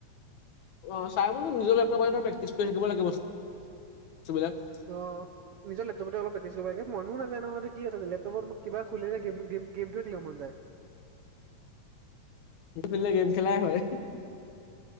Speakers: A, on the left; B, on the right.
A: অ চাই মানে নিজৰ লেপটপত প্ৰেক্টিছ কৰি থাকিব লাগিব বস্তুবিলাক।
B: অ', নিজৰ লেপটপতে অলপ প্ৰেক্টিছ কৰিব লাগে, মনো নাজায় নহয় কি এটা লে টবত মোক কিবা খুলিলে গেম - গেম - গেমটো খেলিবলৈ মন যায়।
A: হে ফুলে গেম খেলাই হয় হিহি।